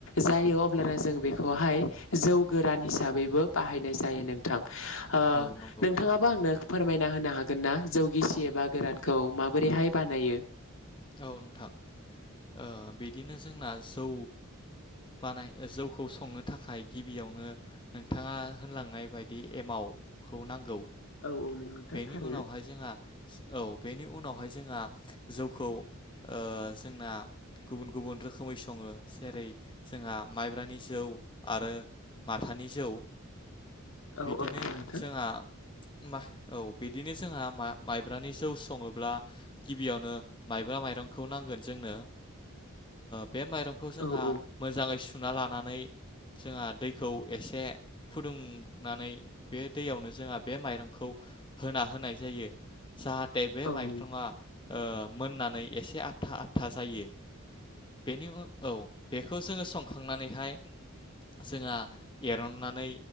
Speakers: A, on the left; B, on the left.
A: जायो अब्लाना जों बेखौहाय जौ गोरान हिसाबैबो बाहायनाय जायो नों थां ओ
B: औ नंगौ
A: नोंथाङाबो आंनो फोरमायना होनो हागोन हागोन ना जौगिसि एबा गोरानखौ माबोरैहाय बानायो
B: औ नोंथां ओ बिदिनो जोंना जौ बानाय जौखौ संनो थाखाय गिबियावनो नोंथाङा होनलांनाय बायदि एमावखौ नांगौ
A: औ औ नोंथां
B: बेनि
A: थारैनो
B: उनावहाय जोंहा औ बेनि उनावहाय जोंहा जौखौ ओ जोंना गुबुन गुबुन रोखोमै सङो जेरै जोंहा माइब्रानि जौ आरो माथानि जौ
A: औ
B: बिदिनो
A: औ नोंथां
B: जोंहा बा औ बिदिनो जोंहा माइब्रानि जौ सङोब्ला गिबियावनो माइब्रा माइरंखौ नांगोन जोंनो बे माइरंखौ जोंहा
A: औ औ
B: मोजाङै सु ना लानानै जोंहा दैखौ एसे फुदुंनानै बे दैयावनो जोंहा बे माइरंखौ होना होनाय जायो जाहाथे बे
A: औ
B: माइरङा
A: नंगौ
B: ओ मोननानै एसे आथा आथा जायो बेनि उन औ बेखौ जोङो संखांनानैहाय जोंहा एरननानै